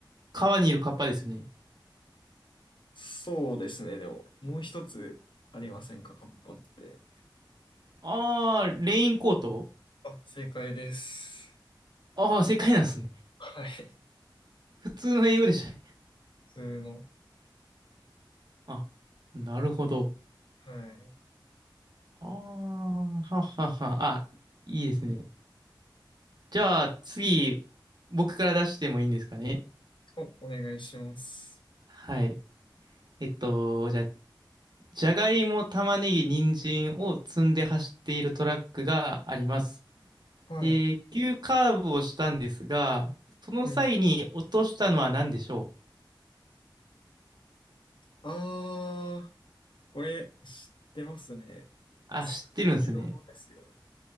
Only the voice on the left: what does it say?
そうですね。でも、もう一つありませんか、カッパって。
あ、正解です。
はい。普
通の。
はい。
お、お願いします。
はい。
うん。あー、これ知ってますね。
スピードですよね。